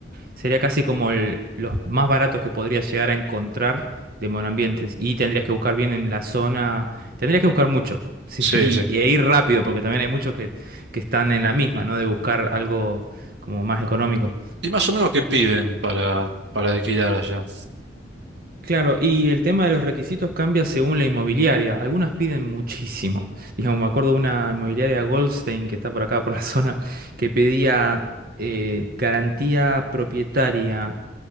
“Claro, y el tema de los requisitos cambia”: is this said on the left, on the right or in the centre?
Right